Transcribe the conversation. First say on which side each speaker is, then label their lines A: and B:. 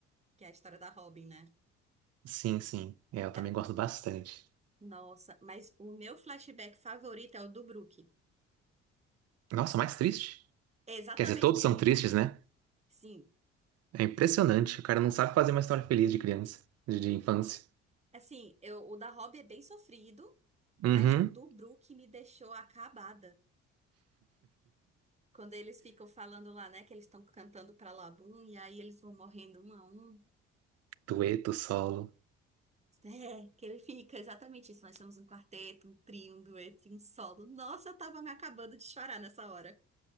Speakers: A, on the right; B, on the right.
A: que é a história da Robin, né?
B: Sim, sim. É, eu também
A: É,
B: gosto bastante.
A: nossa, mas o meu flashback favorito é o do Brook.
B: Nossa, mais triste?
A: É exatamente
B: Quer dizer, todos
A: por
B: são
A: isso.
B: tristes, né?
A: Sim,
B: É impressionante. O cara não sabe fazer uma história feliz de criança, de, de infância.
A: assim, eu, o da Robin é bem sofrido,
B: Uhum.
A: mas o do Brook me deixou acabada. Quando eles ficam falando lá, né, que eles estão cantando pra Labum, e aí eles vão morrendo um a um.
B: Dueto, solo.
A: É, que ele fica exatamente isso. Nós somos um quarteto, um trio, um dueto, um solo. Nossa, eu tava me acabando de chorar nessa hora.